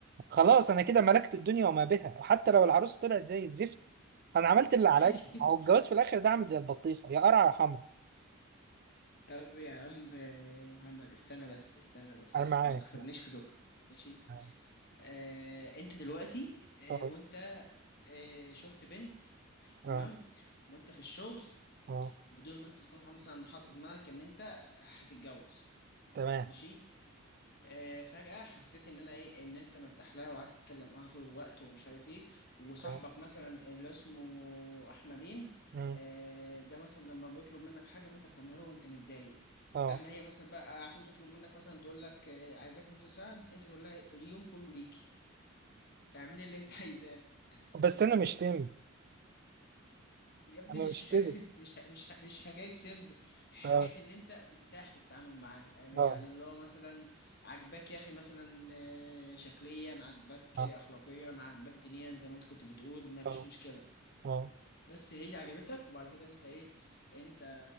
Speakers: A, on the right (about 45°); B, on the left (about 50°).
A: خلاص انا كده ملكت الدنيا وما بها حتى لو العروسه طلعت زي الزفت انا عملت اللي عليا
B: ماشي
A: ما هو الجواز في الاخر ده عامل زي البطيخه يا قرع يا حمرا
B: طب يا عم محمد استنى بس استنى بس
A: انا معاك
B: ما تاخدنيش في دوكا ماشي
A: اه
B: آه، انت دلوقتي آه،
A: اه
B: وانت آه، شفت بنت تمام
A: اه
B: وانت في الشغل
A: آه،
B: بدون ما انت تكون حاط- مثلا حاطط في دماغك ان انت هتتجوز
A: تمام
B: ماشي آه، فجأة حسيت إن أنا إيه إن أنت مرتاح لها وعايز تتكلم معاها طول الوقت ومش عارف إيه وصاحبك
A: اه
B: مثلا اللي اسمه أحمدين
A: مم،
B: آه، ده مثلا لما بيطلب منك حاجة فأنت بتعمله له وأنت متضايق
A: آه.
B: أما هي مثلا بقى هتيجي تطلب منك مثلا تقول لك آه، عايزاك نص ساعة أنت تقول لها اليوم كله ليكي اعملي اللي أنت <laughs> عايزاه
A: بس
B: ماشي
A: انا مش سامي
B: يا ابني
A: انا
B: مش
A: مش
B: حكاية
A: كده
B: <laughs> مش مش مش حكاية سمب حكاية
A: اه
B: إن أنت مرتاح في التعامل معاه يعني
A: اه
B: اللي هو مثلا عجباك يا أخي مثلا آه، شكليا عجباك
A: اه
B: أخلاقيا عجباك دينيا زي ما أنت كنت بتقول مفيش
A: اه
B: مشكلة
A: اه
B: بس هي عجبتك وبعد كده أنت إيه أنت